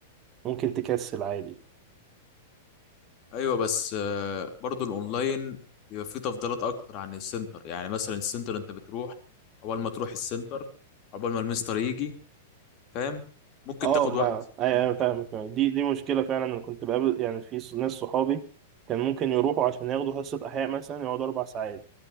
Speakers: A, on the right (about 35°); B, on the left (about 45°).
A: ممكن تكسل عادي
B: ايوه بس آه، برضه الاونلاين بيبقى فيه تفضيلات اكتر عن السنتر يعني مثلا السنتر انت بتروح اول ما تروح السنتر عقبال ما المستر يجي فاهم ممكن
A: اه
B: تاخد
A: ما
B: وقت
A: أي- أنا
B: ممكن
A: فاهمك آه، دي دي مشكلة فعلا أنا كنت بقابل يعني في ناس صحابي كان ممكن يروحوا عشان ياخدوا حصة أحياء مثلا يقعدوا أربع ساعات